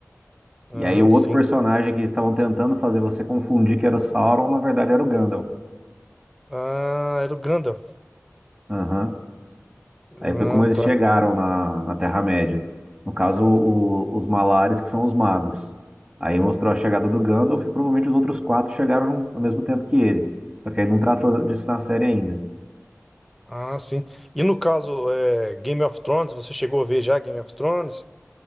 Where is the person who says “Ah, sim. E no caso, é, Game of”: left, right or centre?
Centre